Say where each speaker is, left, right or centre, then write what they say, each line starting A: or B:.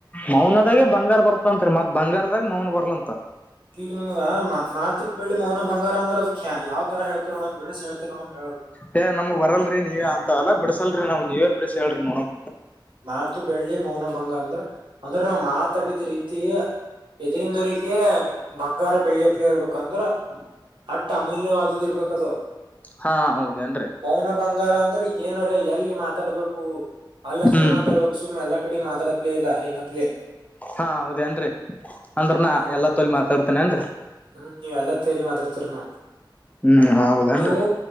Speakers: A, on the left; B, on the right.
A: ಮೌನದಾಗೆ ಬಂಗಾರ ಬರ್ತಂತ್ರಿ ಮತ್ ಬಂಗಾರದಾಗ ಮೌನ ಬರ್ಲಂತ.
B: ಈಗ ನಿಮ್ಗ ಮಾ ಮಾತು ಬೆಳ್ಳಿ ಮೌನ ಬಂಗಾರ ಅಂದ್ರ ಅದಕ ಯಾವ್ ತರ ಹೇಳ್ತಿರ್ನೋಡಮ್ ಬಿಡಿಸಿ ಹೇಳ್ತಿರ್ನೋಡಮ್ ಹೇಳೋರು.
A: ಹೇ ನಮ್ಗ್ ಬರಲ್ರಿ ನೀವೇ ಅಂತವೆಲ್ಲ ಬಿಡಸಲ್ರಿ ನಾವು ನೀವೇ ಬಿಡಿಸಿ ಹೇಳ್ರಿ ನೋಡಮ್.
B: ಮಾತು ಬೆಳ್ಳಿ ಮೌನ ಭಂಗ ಅಂದ್ರ ಅಂದ್ರ ನಾವ್ ಮಾತಾಡಿದ್ ರೀತಿ. ಎದರಿಂದರಿಗೆ ಬಂಗಾರ ಬೆಳ್ಳಿ ಅಪ್ಲೈ ಇರ್ಬೇಕಂದ್ರ. ಅಟ್ಟ ಅಮೂಲ್ಯವಾದುದ್ ಇರ್ಬೇಕದು.
A: ಹಾಂ ಹೌದೇನ್ರಿ.
B: ಮೌನ ಬಂಗಾರ ಅಂದ್ರ ಏನಾರ ಎಲ್ಲಿ ಮಾತಾಡಬೇಕು ಅದ್ ಲ್ ಅಷ್ಟೆ
A: ಹ್ಮ್
B: ಮಾತಾಡ್ಬೇಕು ಸುಮ್ ಎಲ್ಲಾಕಡಿ ಮಾತಡಪಲೇ ಇಲ್ಲ ನಿನ್ನಪಲೇ.
A: ಹಾಂ ಹೌದೇನ್ರಿ ಅಂದ್ರ
B: ಹ್ಮ್
A: ನಾ ಎಲ್ಲಾ ತೋಲಿ ಮಾತಾಡ್ತಿನೇನ್ರಿ.
B: ಹ್ಮ್ ನೀವ್ ಎಲ್ಲತ್ತೇಲ್ಲಿ ಮಾತಾಡ್ತಿರ್ನೊ
A: ಹ್ಮ್ ಹೌದೇನ್ರಿ
B: ನೀವು.